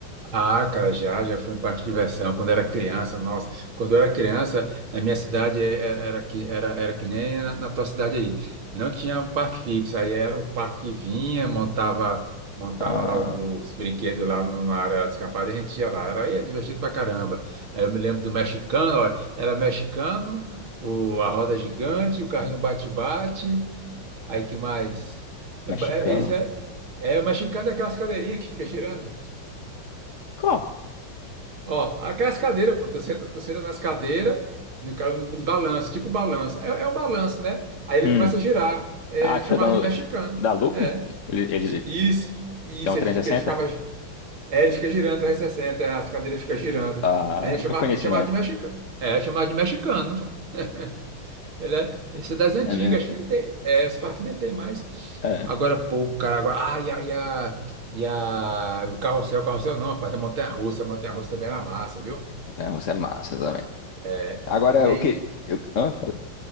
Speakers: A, on the right (about 80°); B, on the left (about 45°).
A: Ah, cara, já, já fui em parque de diversão quando era criança. Nossa, quando eu era criança, na minha cidade é- era, era, que, era, era que nem na, na tua cidade aí. Não tinha um parque fixo, aí era um parque que vinha, montava, montava
B: Ah,
A: lá os brinquedos lá numa área descampada e a gente ia lá. Era, aí é divertido pra caramba. Aí eu me lembro do mexicano, ó, era mexicano, o, a roda gigante, o carrinho bate-bate. Aí que mais? É
B: mexicano.
A: ba- é- Esse é, é o mexicano é aquelas cadeirinhas que fica girando.
B: Qual?
A: Ó, aquelas cadeiras, pô, tu senta, tu senta nas cadeiras, no, ca- de balanço, tipo balanço. É, é um balanço, né? Aí ele
B: Hum.
A: começa a girar. É,
B: Ah,
A: a gente
B: que foi
A: chamava
B: da,
A: de mexicano.
B: da Looping?
A: É.
B: Que Ele, ele
A: Isso, isso,
B: dá um 360?
A: ele fica, ele ficava. É, ele fica girando 360, as cadeiras ficam girando.
B: Ah,
A: A gente
B: nunca
A: chamava,
B: fui nesse
A: a gente chamava
B: não.
A: de mexicano. É, chamava de mexicano. <laughs> Ele é, esse é das antigas,
B: É mesmo?
A: acho que nem tem. É, os parques nem tem mais.
B: É.
A: Agora pouco, cara. Agora, ah, e a, e a, e a- o carrossel, o carrossel não, rapaz, a montanha-russa, a montanha-russa também era massa, viu?
B: Montanha-russa é massa também.
A: É,
B: Agora,
A: e aí,
B: o que... Eu, ah, falei.